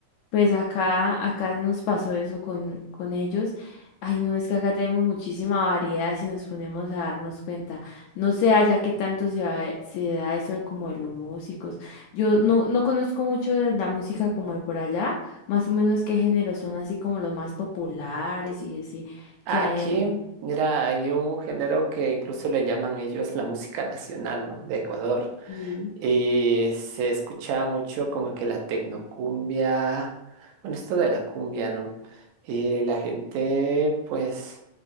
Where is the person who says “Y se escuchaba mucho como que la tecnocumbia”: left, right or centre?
Right